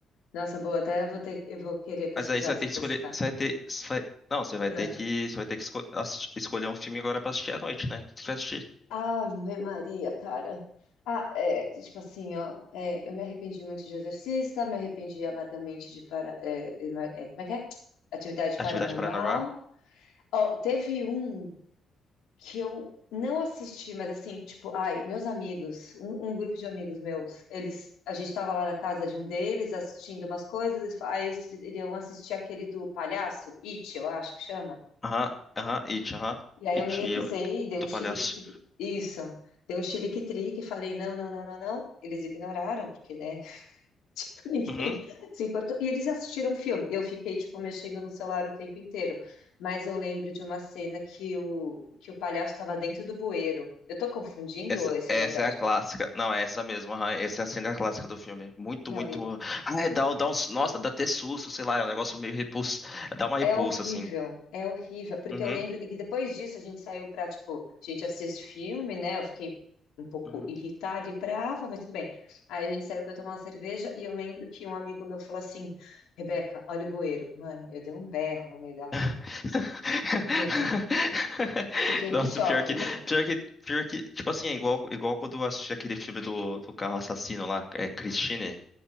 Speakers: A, on the left; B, on the left.
A: Nossa, boa, até eu vou ter, eu vou querer pesquisar
B: Mas aí você vai ter
A: sobre
B: que escolher.
A: essa carta.
B: Você vai ter. você vai- não, você vai ter
A: Ah.
B: que. Você vai ter que esco- assi- escolher um filme agora pra assistir à noite, né? O que você vai assistir?
A: Ave Maria, cara. Ah, é, tipo assim, ó, é, eu me arrependi muito de exorcista, me arrependi amargamente de para, é, é, como é que é? Atividade paranormal.
B: Atividade Paranormal?
A: Ó, teve um. que eu não assisti, mas assim, tipo, ai, meus amigos, um, um grupo de amigos meus, eles, a gente tava lá na casa de um deles assistindo umas coisas, aí eles iriam assistir aquele do palhaço, It, eu acho que chama.
B: Aham, aham, It, aham.
A: E aí
B: It
A: eu me recusei,
B: e o-
A: dei
B: do
A: um chilique,
B: Palhaço.
A: isso, dei um chilique-trique, falei não, não, não, não, não. Eles ignoraram, porque, né? Ninguém
B: Uhum.
A: <laughs> se importou. E eles assistiram o filme. Eu fiquei, tipo, mexendo no celular o tempo inteiro. Mas eu lembro de uma cena que o, que o palhaço estava dentro do bueiro. Eu tô confundindo
B: Essa,
A: ou isso
B: essa
A: é verdade?
B: é a clássica. Não, é essa mesmo. aham, essa é a cena clássica do filme. Muito,
A: Não,
B: muito.
A: e-
B: Ah, é, dá, um- dá uns. Nossa, dá até susto, sei lá, é um negócio meio repulso. Dá uma
A: é
B: repulsa,
A: horrível.
B: assim.
A: É horrível. Porque
B: Uhum.
A: eu lembro que depois disso a gente saiu pra, tipo, a gente assiste filme, né? Eu fiquei um pouco
B: uhum.
A: irritada e brava, mas tudo bem. Aí a gente saiu pra tomar uma cerveja e eu lembro que um amigo meu falou assim: Rebeca, olha o bueiro. Mano, eu dei um berro no meio da rua.
B: <laughs>
A: Juro. Fiquei em
B: Nossa,
A: choque,
B: pior que,
A: velho.
B: pior que, pior que, tipo assim, é igual, igual quando eu assisti aquele filme do, do carro assassino lá, é Christine,